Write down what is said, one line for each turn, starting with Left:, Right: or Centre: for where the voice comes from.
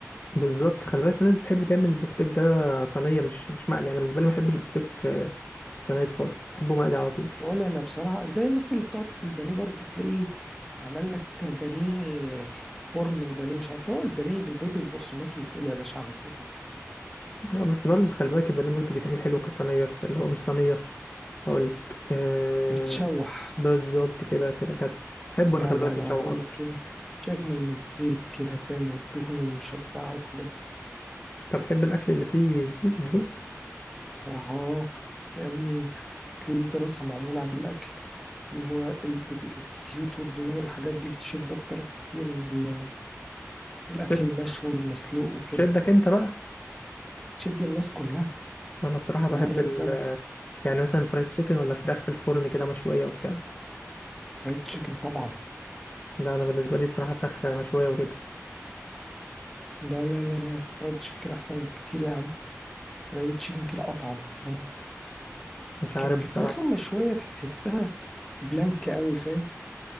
Left: بالظبط خلي بالك في ناس بتحب تعمل البفتيك ده صينيه مش مش مقلي انا بالنسبه لي ما بحبش البفتيك آه، صينيه خالص بحبه مقلي على طول
Centre: ولا انا بصراحه زي الناس اللي بتقعد في البانيه برضو تلاقيه عمل لك بانيه فرن وبانيه مش عارف إيه. هو البانيه بالبيض والبقسماط ويتقلي يا باشا على طول
Left: اه بس برضه خلي بالك البانيه برضه بيتعمل حلو كصينية كده اللي هو مش صينية هقول لك آه
Centre: متشوح
Left: بالظبط كده كده جدع بحبه
Centre: لا
Left: انا خلي
Centre: لا
Left: بالك
Centre: لا
Left: متشوح
Centre: بقول
Left: اكتر
Centre: لك ايه مش اجمل من الزيت كده فاهم والدهون المشبعه والحاجات دي
Left: انت بتحب الاكل اللي فيه زيوت ودهون
Centre: بصراحه آه، يا ابني اصل دي دراسه معموله عن الاكل اللي هو ال- ال- الزيوت والدهون والحاجات دي بتشد اكتر بكتير من ال- من الاكل
Left: بت-
Centre: المشوي والمسلوق وكده
Left: بتشدك انت بقى
Centre: بتشد الناس كلها
Left: انا بصراحة
Centre: على
Left: بحب
Centre: مر الزمن
Left: ال آه، يعني مثلا فرايد تشيكن ولا فراخ في الفرن كده مشوية وبتاع
Centre: ريد تشيكن طبعا
Left: لا انا بالنسبة لي بصراحة فراخ مشوية وكده
Centre: لا لا لا لا الفرايد تشيكن احسن بكتير يا عم فرايد تشيكن كده اطعم فاهم
Left: مش عارف
Centre: كان الفراخ
Left: بصراحة
Centre: المشويه تحسها بلانك قوي فاهم